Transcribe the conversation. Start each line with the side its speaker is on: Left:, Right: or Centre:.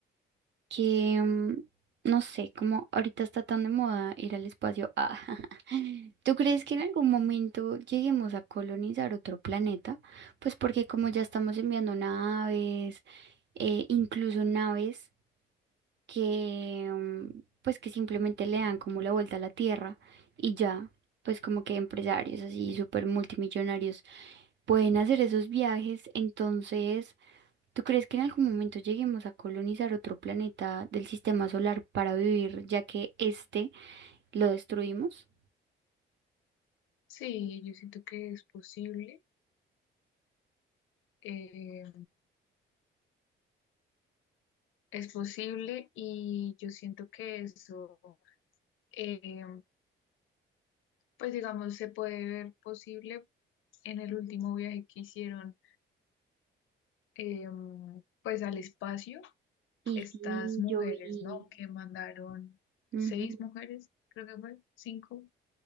Right: que, mm, no sé, como ahorita está tan de moda ir al espacio. Ah, <laughs> ¿tú crees que en algún momento lleguemos a colonizar otro planeta? Pues porque como ya estamos enviando naves, eh, incluso naves que, mm, pues que simplemente le dan como la vuelta a la Tierra y ya. pues como que empresarios así súper multimillonarios pueden hacer esos viajes, entonces ¿Tú crees que en algún momento lleguemos a colonizar otro planeta del sistema solar para vivir, ya que este lo destruimos?
Left: Sí, yo siento que es posible. eh, es posible y yo siento que eso, eh, pues digamos, se puede ver posible en el último viaje que hicieron, eh, pues al espacio,
Right: Y
Left: estas
Right: sí,
Left: mujeres,
Right: yo vi,
Left: ¿no? Que mandaron
Right: ujú,
Left: seis mujeres, creo que fue, cinco,